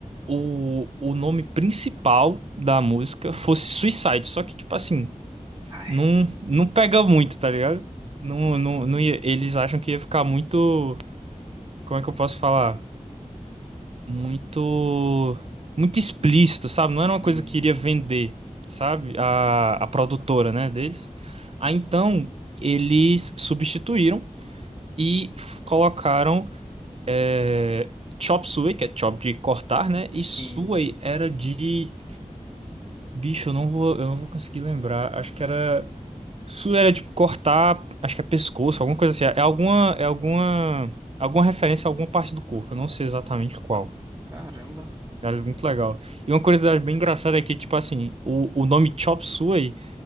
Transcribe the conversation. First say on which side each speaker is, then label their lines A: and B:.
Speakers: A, on the right (about 50°); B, on the right (about 20°).
A: o, o nome principal da música fosse Suicide, só que tipo assim,
B: Ah,
A: não
B: é.
A: não pega muito, tá ligado? Não, não, não ia- eles acham que ia ficar muito, como é que eu posso falar? muito muito explícito, sabe? Não
B: Sim.
A: era uma coisa que iria vender, sabe? A, a produtora, né, deles. Aí então eles substituíram e f- colocaram é, chop suey, que é chop de cortar, né? E
B: Sim.
A: suey era de bicho, eu não vou, eu não vou conseguir lembrar. Acho que era suey era de cortar, acho que é pescoço, alguma coisa assim. É alguma, é alguma, alguma referência a alguma parte do corpo. Eu não sei exatamente qual.
B: Caramba.
A: Cara, muito legal. E uma curiosidade bem engraçada é que, tipo assim, o, o nome Chop Suey